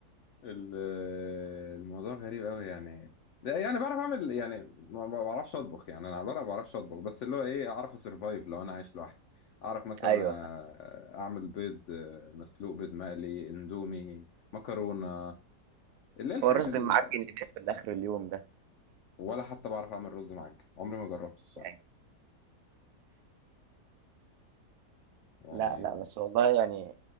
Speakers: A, on the left; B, on the right.
A: ال- الموضوع غريب قوي يعني لا يعني بعرف اعمل يعني ما ما بعرفش اطبخ يعني انا على الورق ما بعرفش اطبخ بس اللي هو ايه اعرف اسرفايف لو انا عايش لوحدي اعرف مثلا
B: أيوه صح،
A: اعمل بيض مسلوق بيض مقلي اندومي مكرونه اللي هي الحاجات
B: هو الرز
A: ال...
B: المعجّن اللي بيقفل آخر اليوم ده
A: ولا حتى بعرف اعمل رز معجن عمري ما جربته الصراحه
B: يعني،
A: يعني
B: لأ، لأ، بس والله يعني